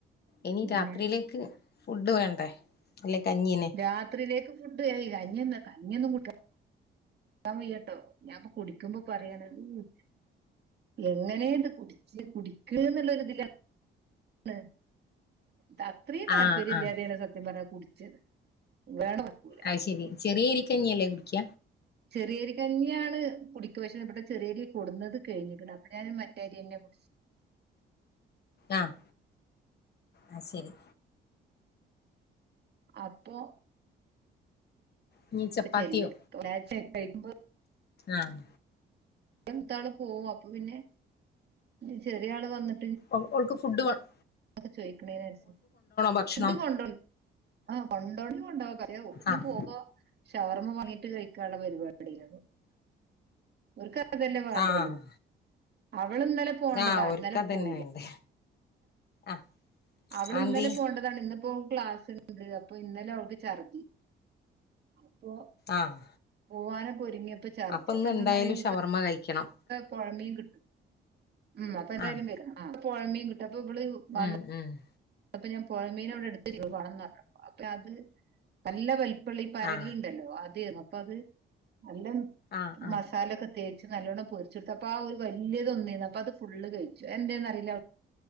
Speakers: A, on the left; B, on the right.
A: ഇനി
B: പിന്നെ
A: രാത്രിയിലേക്ക് ഫുഡ് വേണ്ടേ അല്ലേ കഞ്ഞീനെ
B: രാത്രിയിലേക്ക് ഫുഡ് കയി കഞ്ഞൊ കഞ്ഞൊന്നും കുടി ക്കാൻ വയ്യാട്ടോ ഞാൻ ഇപ്പൊ കുടിക്കുമ്പോ പറയാണ് ഇ എങ്ങനെത് കുടിച്ച് കുടിക്ക് എന്നുള്ളൊരു ഇതിലാ ണ് ത അത്രയും താല്പര്യല്ലാതെണ്
A: ആഹ് ആഹ്
B: സത്യം പറഞ്ഞ കുടിച്ചത് വേണം വക്കൂല
A: അയ് ശരി ചെറിയ അരിക്കഞ്ഞിയല്ലേ കുടിക്ക
B: ചെറിയരി കഞ്ഞിയാണ് കുടിക്ക പക്ഷേ ഇവിടെ ചെറിയരി കൊടുന്നത് കഴിഞ്ഞ്ക്ക്ണ് അ അപ്പ ഞാന് മറ്റെ അരിന്നെ വെ
A: ആഹ് ആ ശരി
B: അപ്പോ
A: ഇനി ചപ്പാത്തിയോ
B: ചെല്ല് കഴിക്കുമ്പോ <unintelligible>
A: ആഹ്
B: എത്താണ് പോവും അപ്പൊ പിന്നെ ഇല്ല ചെറിയ ആള് വന്ന്-
A: ഓൾ ഓൾക്ക് ഫുഡ് വേണം
B: അതൊക്കെ ചോയിക്ക്ണനനുസരിച്ച്
A: ഭക്ഷണം
B: ഫുഡ് കൊണ്ടോ ആ കൊണ്ടോണങ്കി കൊണ്ടോവാ പക്ഷെ ഇഞ്ഞി
A: ആഹ്
B: പോവുമ്പോ ഷവർമ്മ വാങ്ങിട്ട് കഴിക്കാള്ള പരിപാടിയ ഓർക്ക് അതല്ലേ വേണ്ടുള്ളൂ
A: ആഹ്
B: അവള് ഇന്നലെ പോണ്ടതാണ്
A: ആഹ് ഒര്ക്കതന്നെ
B: ഇന്നലെ പോയില്ല
A: വേണ്ടേ ആഹ്
B: അവള്
A: ആന്തി
B: ഇന്നലെ പോണ്ടതാണ് ഇന്ന് ഇപ്പൊ ക്ലാസ്ണ്ട് അപ്പൊ ഇന്നലെ അവൾക്ക് ഛർതി അപ്പൊ
A: ആഹ്
B: പോവാനൊക്കെ ഒരുങ്ങിയപ്പോ ഛർദി
A: അപ്പൊ ഇന്ന്
B: എന്താന്നറിയോ
A: എന്തായാലും
B: ഇവിടെ
A: ഷവർമ്മ കഴിക്കണം
B: പുഴമീൻ കിട്ടും ഉം അപ്പൊ എന്തായാലും
A: ആഹ്
B: കഴിക്കണം പുഴമീൻ കിട്ടും അപ്പം ഇവള് വന്ന
A: ഉം ഉം
B: അപ്പൊ ഞാൻ പുഴമീനവിടെ എടുത്ത് വെച്ച്ക്ക്ണു വാണംന്ന് പറഞ്ഞപ്പോ അപ്പൊ അത് നല്ല വെലാപ്പള്ള ഈ പരലുണ്ടല്ലോ
A: ആഹ്
B: അതെർന്നു അപ്പ അത് നല്ല
A: ആഹ് ആഹ്
B: മസാലൊക്കെ തേച്ച് നല്ലോണ്ണം പൊരിച്ചെടുത്തപ്പൊ ആ ഒരു വലിയതൊന്നേന്നു അപ്പ അത് ഫുള്ള് കഴിച്ചു എന്തെന്ന് അറിയില്ല അവൾ